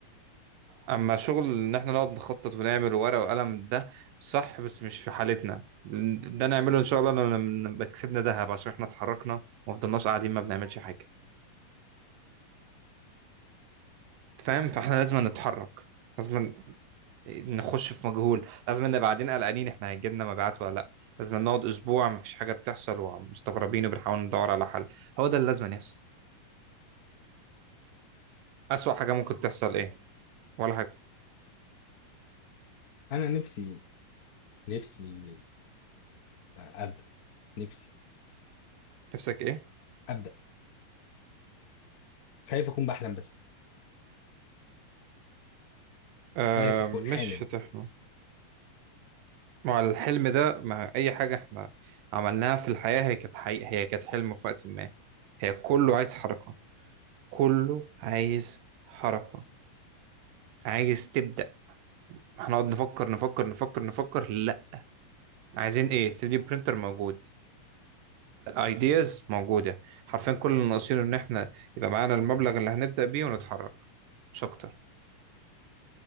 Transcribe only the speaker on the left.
انا نفسي نفسي ابدا نفسي
ابدا خايف اكون بحلم بس
خايف اكون
حالم